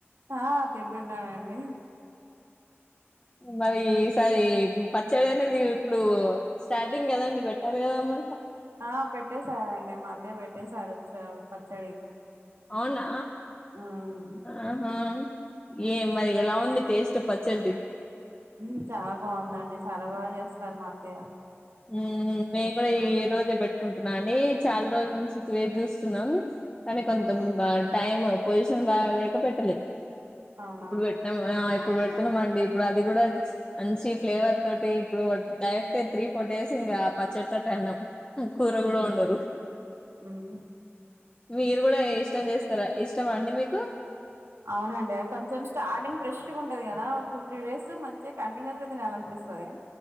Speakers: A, on the right (about 80°); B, on the left (about 20°).
A: ఆ తింటున్నానండి.
B: మరి ఈసారి పచ్చడి అనేది ఇప్పుడు స్టార్టింగ్ కదండి పెట్టాలి కదమ్మ.
A: ఆ పెట్టేశారండి మా అతయ్య పెట్టేసారు చ పచ్చడి
B: అవునా
A: ఉమ్
B: ఆహా ఏం మరి ఎలా ఉంది టేస్ట్ పచ్చడిది
A: మ్మ్ చాలా బాగుందండి. చాలా బాగా చేస్తారు మా అత్తయ్య.
B: హ్మ్ మ్మ్ మేము కూడా ఈ రోజే పెట్టుకుంటున్నా అండి చాలా రోజుల నుంచి వేచి చూస్తున్నాం. కానీ కొంతం
A: ఉమ్
B: గా టైమ్ పొజిషన్ బాగాలేక పెట్టలేదు.
A: అవునా
B: ఇప్పుడు పెట్టినము. ఆ ఇప్పుడు పెడుతున్నాం అండి ఇప్పుడు అది కూడా మంచి ఫ్లేవర్ తోటి ఇప్పుడు డైరెక్ట్ త్రీ ఫోర్ డేస్ ఇంకా పచ్చడితోటే అన్నం. కూర
A: ఉమ్
B: కూడా వండరు.
A: ఉమ్
B: మీరు కూడా ఇష్టం చేస్తారా ఇష్టమా అండి మీకు
A: అవునండి కొంచెం స్టార్టింగ్ ఫ్రెష్ గా ఉంటది కదా టూ త్రీ డేస్ మంచిగా కంటిన్యూస్ గా తినేయాలనిపిస్తది. పోయే